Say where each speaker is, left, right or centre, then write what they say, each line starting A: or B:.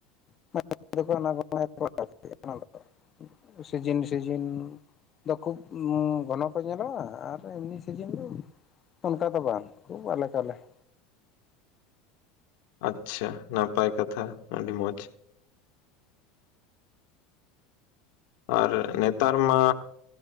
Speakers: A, on the left (about 30°); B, on the left (about 70°).
A: <unintelligible> ᱥᱤᱡᱤᱱ ᱥᱤᱡᱤᱱ ᱫᱚ ᱠᱷᱩᱵ ᱩᱸ ᱜᱷᱚᱱᱚ ᱠᱚ ᱧᱮᱞᱟ ᱟᱨ ᱮᱢᱱᱤ ᱥᱤᱡᱤᱱ ᱫᱚ ᱚᱱᱠᱟ ᱫᱚ ᱵᱟᱝ ᱠᱷᱩᱵ ᱟᱞᱮᱠᱟᱞᱮ ᱾
B: ᱟᱪᱪᱷᱟ ᱱᱟᱯᱟᱭ ᱠᱟᱛᱷᱟ ᱟᱹᱰᱤ ᱢᱚᱸᱡᱽ ᱾ ᱟᱨ ᱱᱮᱛᱟᱨ ᱢᱟ